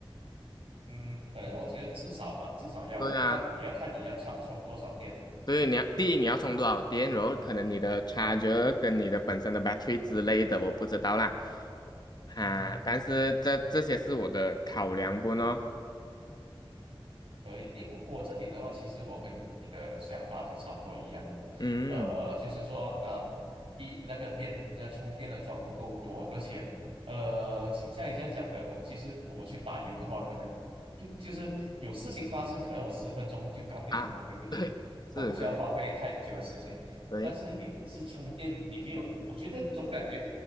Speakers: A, on the right (about 85°); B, on the left (about 45°).
A: 嗯，可能我觉得至少吧，至少要吧，
B: 对啊，
A: 看也要看你要充充多少电。
B: 对，你要第一你要充多少电，然后可能你的 charger 跟你的本身的 battery 之类的，我不知道啦。啊，
A: 嗯哼。
B: 但是这这些是我的考量不呢？
A: 可以，诶，我我这里的话，其实我跟你的想法是差不多一样的，
B: 嗯
A: 呃，就是说，呃，一那个电那充电的桩不够多，而且，呃，其像你这样讲的，我其实我去打油的话，可能就就是有事情发生，可能我十分钟就搞定了嘛，
B: 啊，
A: 对不对？
B: 对，
A: 我不需要花费太久的时间，
B: 是是，对
A: 但是你是充电，你没有，我觉得总感觉，